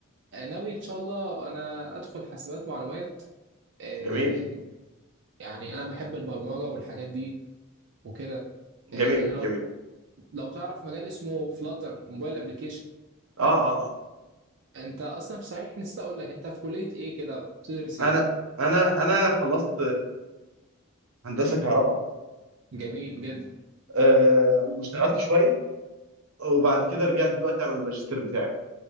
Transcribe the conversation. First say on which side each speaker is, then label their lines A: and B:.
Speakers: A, on the right (about 55°); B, on the right (about 85°).
A: ناوي ان شاء الله انا ادخل حاسبات معلومات آه،
B: جميل
A: يعني انا بحب البرمجه والحاجات دي وكده
B: جميل
A: آه، لو
B: جميل
A: لو تعرف مجال اسمه فلاتر موبايل ابلكيشن
B: اه اه آه.
A: انت اصلا صحيح نسيت اقول لك انت في كليه ايه كده بتدرس ايه
B: انا انا انا خلصت هندسه كهرباء
A: جميل جدا
B: أه واشتغلت شويه وبعد كده رجعت دلوقتي اعمل الماجستير بتاعي